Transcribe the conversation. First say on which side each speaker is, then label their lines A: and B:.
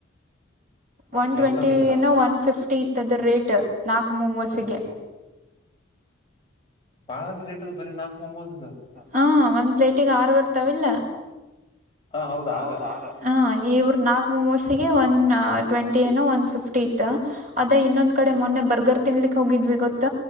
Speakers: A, on the right (about 40°); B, on the left (about 25°).
A: ಒನ್ ಟ್ವೆಂಟಿ
B: ಎಷ್ಟ ಅದಕ್ಕ
A: ಒನ್ ಫಿಫ್ಟಿ ತದ್ ರೇಟ್ ನಾಲ್ಕು ಮೊಮೋಸ್ಗೆ.
B: ಓಕೆ ಬಾಳ ರೇಟ್ ಅದ ಬರೀ ನಾಕ್ ಮೊಮೋಸ್ದ
A: ಹಾ ಒಂದ್ ಪ್ಲೇಟಿಗೆ ಆರು ಬರ್ತಾವಿಲ್ಲ
B: ಹಾ ಹೌದ
A: ಹ
B: ಆರ
A: ಹೌದ್ ಇವ್ರ ನಾಕ್ ಮೊಮೋಸಿಗೆ ಒನ್ ಟ್ವೆಂಟಿ ಏನೋ ಒನ್ ಫಿಫ್ಟಿ ಇತ್ತ್ ಅದೇ ಇನ್ನೊಂದ್ ಕಡೆ ಮೊನ್ನೆ ಬರ್ಗರ್ ತಿನ್ಲಿಕ್ ಹೋಗಿದ್ವಿ ಗೊತ್ತ